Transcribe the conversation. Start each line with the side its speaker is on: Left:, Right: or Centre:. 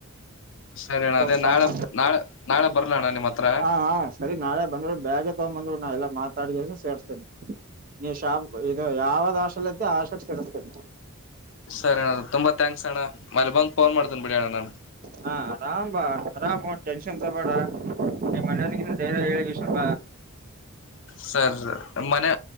Left: ಸರಿ ಅಣ್ಣ ಅದೇ
Right: ಸಣ್ಣ
Left: ನಾಳೆ ನಾಳ ನಾಳೆ ಬರ್ಲಣ್ಣ ನಿಮ್ಮ್ ಹತ್ರ
Right: ಹಾ ಹಾ ಸರಿ ನಾಳೆ ಬಂದ್ರು ಬೇಗ ತಗೊಂಡ್ ಬಂದ್ರು ನಾ ಎಲ್ಲ ಮಾತಾಡಿದ ಸೇರ್ಸ್ತೇನೆ ನೀ ಶಾಾಮ ಇದು ಯಾವ್ದ್ ಆಶೆಲತ್ತ ಆಶಕ್ ತಿರತೀಿ
Left: ಸರಿ ಅಣ್ಣ ತುಂಬಾ ಥ್ಯಾಕ್ಸ್ ಅಣ್ಣ ಮನೆಗ್ ಬಂದ್ ಮೇಲೆ ಫೋನ್ ಮಾಡ್ತೇನ ಬಿಡಿ ಅಣ್ಣ ನಾನು
Right: ಹಾ ಆರಾಮಾ ಆರಾಮ ಟೆನ್ಷನ್ ತಬೇಡ ನಿ ಮನೆಯವ್ರಿಗಿಂತ ಧೈರ್ಯ ಹೇಳಗೆ ಶಪ
Left: ಸರಿ ಸರಿ ಮನೆ